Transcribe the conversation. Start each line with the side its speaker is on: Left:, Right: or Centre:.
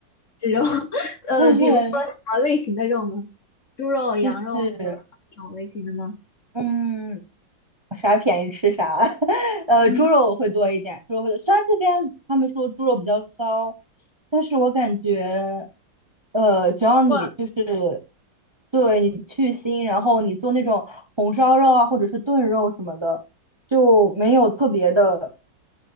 Left: 是肉，<laughs> 呃，
Right: <laughs>
Left: 比如说什么类型的肉呢？猪肉、羊肉、
Right: 就是
Left: 牛肉这种类型的吗？
Right: 嗯，啥便宜吃啥。<laughs> 呃，
Left: 嗯
Right: 猪肉我会多一点，猪肉会，虽然这边他们说猪肉比较骚，但是我感觉，呃，只要你就是
Left: 过类
Right: 对你去腥，然后你做那种红烧肉啊，或者是炖肉什么的，就没有特别的。